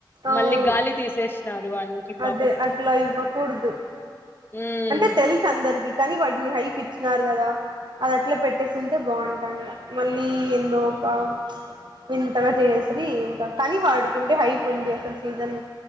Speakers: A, on the right; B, on the left.
A: అవును
B: మళ్ళీ గాలి తీసేసినారు వానికి పాపం
A: అదే అట్లా ఇవ్వకూడదు
B: ఉమ్
A: అంటే తెలుసు అందరికి కనీ వాడిని హైపి చ్చినారు గదా అది అట్లే పెట్టేసుంటే బావుంటాండ మళ్ళీ ఎందో ఒక వింతగా చేస్రీ కని వాడుకింటే హైపు ఉంది అసలు సీజన్